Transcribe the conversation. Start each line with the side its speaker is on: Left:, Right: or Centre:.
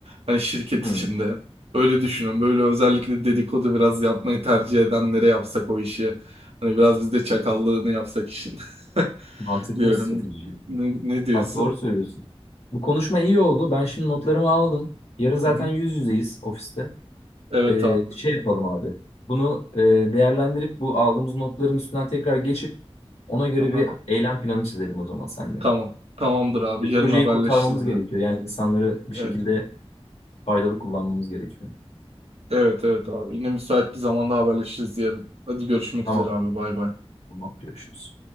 Right: Hani şirket
Left: Hmm.
Right: içinde. Öyle düşünün. Böyle özellikle dedikodu biraz yapmayı tercih edenlere yapsak o işi. Hani biraz biz de çakallığını yapsak işin. <laughs>
Left: mantıklı
Right: Diyorum.
Left: bir strateji.
Right: Ne, ne diyorsun?
Left: Bak doğru söylüyorsun. Bu konuşma iyi oldu. Ben şimdi notlarımı aldım. Yarın zaten
Right: Hı hı.
Left: yüz yüzeyiz ofiste.
Right: Evet
Left: Ee,
Right: abi.
Left: şey yapalım abi. Bunu e, değerlendirip bu aldığımız notların üstünden tekrar geçip ona göre
Right: Aha.
Left: bir eylem planı çizelim o zaman seninle.
Right: Tamam. Tamamdır abi.
Left: Bir projeyi
Right: Yarın haberleşiriz
Left: kurtarmamız
Right: yine.
Left: gerekiyor. Yani insanları bir
Right: Evet.
Left: şekilde faydalı kullanmamız gerekiyor.
Right: Evet evet abi. Yine müsait bir zamanda haberleşiriz yarın. Hadi görüşmek
Left: Tamam.
Right: üzere abi. Bay bay.
Left: Tamam. Görüşürüz.